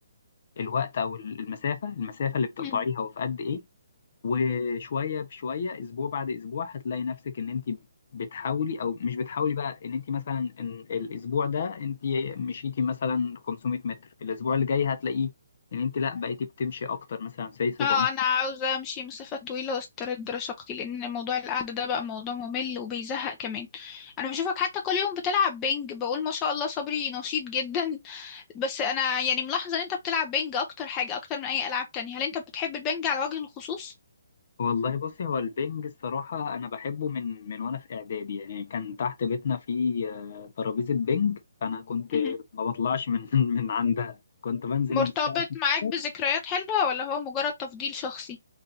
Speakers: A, on the left; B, on the left.
A: الوقت او المسافة المسافة اللي بتقطعيها
B: مم.
A: وفي قد ايه وشوية بشوية اسبوع بعد اسبوع هتلاقي نفسك ان انت بتحاولي او مش بتحاولي بقى ان انت مثلا ان الاسبوع ده انت مشيتي مثلا 500 متر الاسبوع اللي جاي هتلاقيه ان انت لا بقيتي بتمشي اكتر مثلا زي 700
B: اه انا عاوزة امشي مسافة طويلة واسترد رشاقتي لان موضوع القعدة ده بقى موضوع ممل وبيزهق كمان انا بشوفك حتى كل يوم بتلعب بينج بقول ما شاء الله صبري نشيط جدا بس انا يعني ملاحظه ان انت بتلعب بينج اكتر حاجه اكتر من اي العاب تانية هل انت بتحب البينج على وجه الخصوص
A: والله بصي هو البنج الصراحة أنا بحبه من من وأنا في إعدادي يعني كان تحت بيتنا في آه، ترابيزة بنج فأنا كنت
B: مهم.
A: ما بطلعش من <laughs> من عندها كنت بنزل
B: مرتبط
A: من الساعة
B: معاك
A: 12.
B: بذكريات حلوه ولا هو مجرد تفضيل شخصي